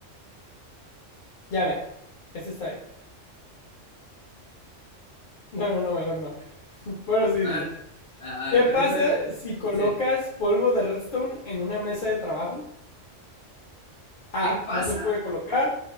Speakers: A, on the left; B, on the left.
A: Ya, mira, este está bien. No, no, no, mejor no. <laughs> Bueno, sí,
B: a
A: sí.
B: ver,
A: sí.
B: a
A: ¿Qué
B: a ver,
A: pasa
B: dilo, dilo. dilo.
A: si colocas
B: Sí.
A: polvo de redstone en una mesa de trabajo? A.
B: ¿Qué pasa?
A: No se puede colocar.